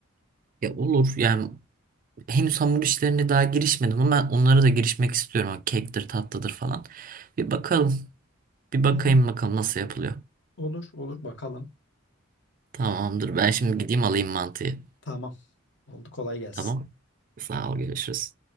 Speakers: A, on the right (about 45°); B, on the left (about 65°).
A: Ya olur yani henüz hamur işlerine daha girişmedim ama ben onlara da girişmek istiyorum. O kektir, tatlıdır falan. Bir bakalım. Bir bakayım
B: Hı hı.
A: bakalım nasıl yapılıyor.
B: Olur olur bakalım.
A: Tamamdır. Ben şimdi gideyim alayım mantıyı.
B: Tamam. Oldu kolay gelsin.
A: Tamam. Sağ ol, görüşürüz.